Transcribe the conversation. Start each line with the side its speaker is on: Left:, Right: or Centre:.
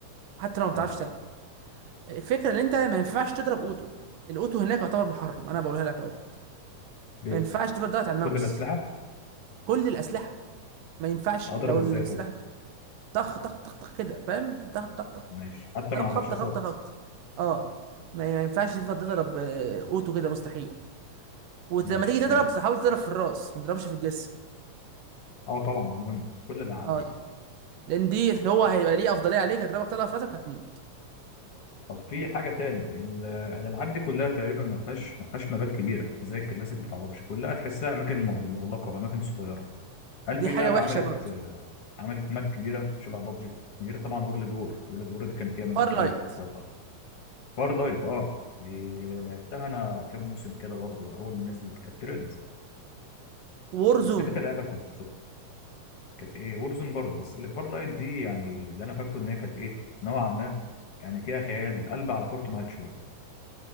Right: حتى لو ما بتعرفش
Left: تمام
Right: تلعب الفكره ان انت ما ينفعش تضرب اوتو الاوتو هناك يعتبر محرم انا بقولها لك اهو
Left: ليه
Right: ما ينفعش تفضل ضغط على الماوس
Left: كل الأسلحة
Right: كل الاسلحه ما ينفعش
Left: اضرب
Right: لو
Left: ازاي
Right: السلاح
Left: طب
Right: طخ طخ طخ طخ كده فاهم طخ طخ طخ
Left: ماشي حتى
Right: طب
Left: مع الرشاشات
Right: خبطه خبطه خبطه اه ما ما ينفعش تفضل
Left: ماشي
Right: تضرب آه، اوتو كده مستحيل ولما
Left: ماشي
Right: تيجي تضرب
Left: حلو
Right: تحاول تضرب في الراس ما تضربش في الجسم
Left: اه طبعا ده مهم كل الالعاب
Right: اه
Left: دي
Right: لان دي اللي هو هيبقى ليه افضليه عليك هتضربك طلقه في راسك هتموت
Left: طب في حاجه تاني ال- الالعاب دي كلها تقريبا ما فيهاش ما فيهاش مبات كبيره زي الكلاسيك بتاع بابجي كلها تحسها اماكن مغ- مغلقه واماكن صغيره هل
Right: دي
Left: في
Right: حاجه
Left: لعبه
Right: وحشه
Left: عملت
Right: برضه
Left: آه، عملت ماب كبيره شبه بابجي غير طبعا وورلد وور وورلد وور دي كان فيها مابات
Right: فار
Left: كبيره
Right: لايت
Left: اتوقع فار لايت اه دي لعبتها انا كام موسم كده برضو اول ما نزلت كانت ترند
Right: وور
Left: بس
Right: زون
Left: لقيت اللعبه كانت كانت ايه وورزون برضو بس اللي فار لايت دي يعني اللي انا فاكره ان هي كانت ايه نوعا ما يعني فيها خيال قلب على فورتنايت شويه